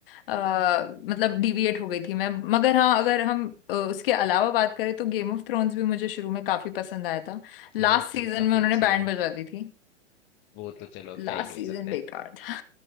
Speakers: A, on the left; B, on the left.
A: अ, मतलब डिविएट हो गई थी मैं मगर हाँ अगर हम अ, उसके अलावा बात करें तो गेम ऑफ थ्रोन्स भी मुझे शुरू में काफी पसंद आया था
B: गेम
A: लास्ट
B: ऑफ थ्रोन्स
A: सीजन
B: काफी
A: में उन्होंने
B: अच्छी है
A: बैंड बजवा दी थी
B: वो तो चलो
A: लास्ट
B: क्या ही बोल
A: सीजन
B: सकते
A: बेकार
B: हैं
A: था